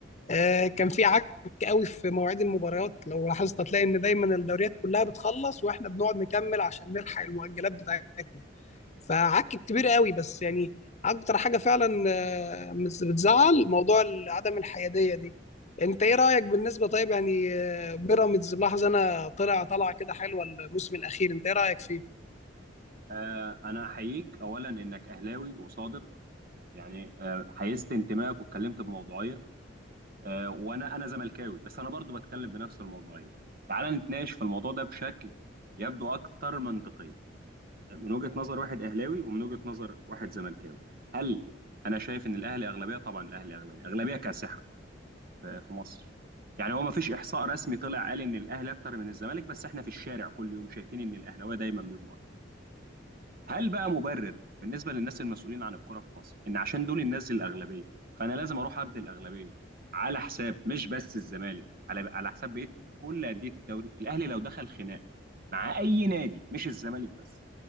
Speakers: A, on the left (about 40°); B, on the right (about 50°).
A: آه، كان في عك قوي في مواعيد المباريات لو لاحظت هتلاقي ان دايما الدوريات كلها بتخلص واحنا بنقعد نكمل عشان نلحق المؤجلات بتاعتنا فعك كبير قوي بس يعني اكتر حاجه فعلا آه، بتزعل موضوع عدم الحياديه دي انت ايه رايك بالنسبه طيب يعني آه، بيراميدز ملاحظ انا طلع طلع كده حلوه الموسم الاخير انت ايه رايك فيه
B: آه انا احييك اولا انك اهلاوي وصادق يعني آه حيزت انتمائك واتكلمت بموضوعيه آه وانا انا زملكاوي بس انا برضو بتكلم بنفس الموضوعيه تعال نتناقش في الموضوع ده بشكل يبدو اكثر منطقيه من وجهه نظر واحد اهلاوي ومن وجهه نظر واحد زملكاوي هل انا شايف ان الاهلي اغلبيه طبعا الاهلي اغلبيه اغلبيه كاسحه في في مصر يعني هو ما فيش احصاء رسمي طلع قال ان الاهلي اكتر من الزمالك بس احنا في الشارع كل يوم شايفين ان الاهلاويه دايما بيبقوا أكتر. هل بقى مبرر بالنسبه للناس المسؤولين عن الكوره في مصر ان عشان دول الناس الاغلبيه فانا لازم اروح ارضي الاغلبيه على حساب مش بس الزمالك على على حساب بقيه كل انديه الدوري الاهلي لو دخل خناقه مع اي نادي مش الزمالك بس